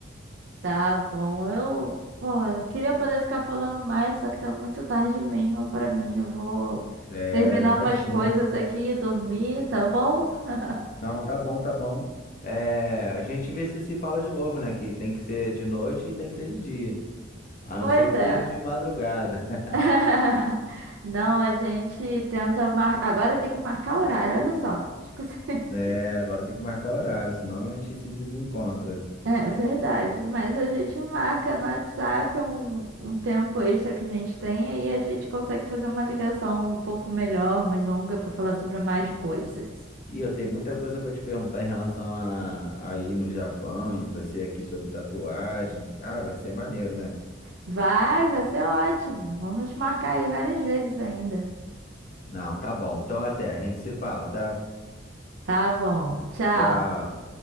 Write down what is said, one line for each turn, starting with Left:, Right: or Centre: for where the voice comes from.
Right: Tá bom. Eu, porra, eu queria poder ficar falando mais, só que tá muito tarde mesmo pra mim. Eu vou
Left: É,
Right: terminar
Left: imagina.
Right: umas coisas aqui e dormir, tá bom? <laughs>
Left: Não, tá bom, tá bom. É, a gente vê se se fala de novo, né? Que tem que ser de noite e tem que ser de dia. A não
Right: Pois
Left: ser que esteja
Right: é.
Left: de madrugada. <laughs>
Right: <laughs> Não, a gente tenta mar... Agora tem que marcar horário, olha só. Escuta-
Left: É,
Right: <laughs>
Left: agora tem que marcar horário, senão a gente se desencontra.
Right: É verdade, mas a gente marca no WhatsApp um, um tempo extra que a gente tem, aí a gente consegue fazer uma ligação um pouco melhor, mais longa, pra falar sobre mais coisas.
Left: E eu tenho muita coisa pra te perguntar em relação a, a ir no Japão e você aqui sobre tatuagem. Ah, vai ser maneiro, né?
Right: Vai, vai ser ótimo. Vamos marcar aí várias vezes ainda.
Left: Não, tá bom. Então até, a gente se fala, tá?
Right: Tá bom. Tchau.
Left: Tchau.